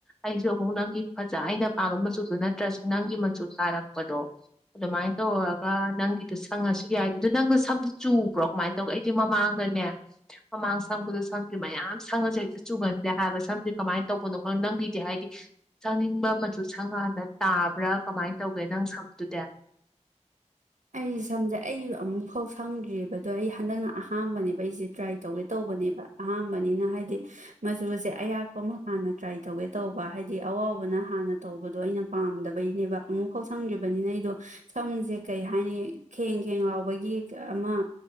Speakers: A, in the centre; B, on the right.
A: ꯑꯩꯁꯨ ꯑꯃꯨꯛ ꯅꯪꯒꯤ ꯐꯖ ꯑꯩꯅ ꯄꯥꯝꯕ ꯃꯆꯨꯗꯨꯣ ꯅꯠꯇ꯭ꯔꯁꯨ ꯅꯪꯒꯤ ꯃꯆꯨ ꯇꯥꯔꯛꯄꯗꯣ ꯑꯗꯨꯃꯥꯏꯅ ꯇꯧꯔꯒ ꯅꯪꯒꯤ ꯑꯗꯨ ꯁꯪꯉꯁꯨ ꯌꯥꯏ ꯑꯗꯨ ꯅꯪ ꯅꯁꯝꯗꯨ ꯆꯨꯕ꯭ꯔꯣ ꯀꯃꯥꯏꯅ ꯇꯧꯒꯦ ꯑꯩꯗꯤ ꯃꯃꯥꯡꯗꯅꯦ ꯃꯃꯥꯡ ꯁꯪꯕꯗ ꯁꯝꯁꯦ ꯃꯌꯥꯝ ꯁꯪꯉꯁꯨ ꯍꯦꯛꯇ ꯆꯨꯒꯟꯗꯦ ꯍꯥꯏꯕ ꯁꯝꯁꯦ ꯀꯃꯥꯏꯅ ꯇꯧꯕꯅꯣ ꯈꯪꯗꯦ ꯅꯪꯒꯤꯗꯤ ꯍꯥꯏꯗꯤ ꯁꯪꯅꯤꯡꯕ ꯃꯆꯨ ꯁꯪꯀꯥꯟꯗ ꯇꯥꯕ꯭ꯔꯥ ꯀꯃꯥꯏꯅ ꯇꯧꯒꯦ ꯅꯪ ꯁꯝꯗꯨꯗꯤ
B: ꯑꯩꯁꯦ ꯁꯝꯁꯦ ꯑꯩ ꯑꯃꯨꯛ ꯐꯥꯎ ꯁꯪꯗ꯭ꯔꯤꯕꯗꯣ ꯑꯩ ꯍꯟꯗꯛꯅ ꯑꯍꯥꯝꯕꯅꯦꯕ ꯑꯩꯁꯦ ꯇ꯭ꯔꯥꯏ ꯇꯧꯒꯦ ꯇꯧꯕꯅꯦꯕ ꯑꯍꯥꯝꯕꯅꯤꯅ ꯍꯥꯏꯗꯤ ꯃꯆꯨꯁꯦ ꯑꯌꯥꯛꯄ ꯑꯃ ꯍꯥꯟꯅ ꯇ꯭ꯔꯥꯏ ꯇꯧꯒꯦ ꯇꯧꯕ ꯍꯥꯏꯗꯤ ꯑꯋꯥꯕꯅ ꯍꯥꯟꯅ ꯇꯧꯕꯗꯣ ꯑꯩꯅ ꯄꯥꯝꯗꯕꯩꯅꯦꯕ ꯑꯃꯨꯛ ꯐꯥꯎ ꯁꯪꯗ꯭ꯔꯤꯕꯅꯤꯅ ꯑꯩꯗꯣ ꯁꯝꯁꯦ ꯀꯩ ꯍꯥꯏꯅꯤ ꯈꯦꯡ ꯈꯦꯡ ꯂꯥꯎꯕꯒꯤ ꯑꯃ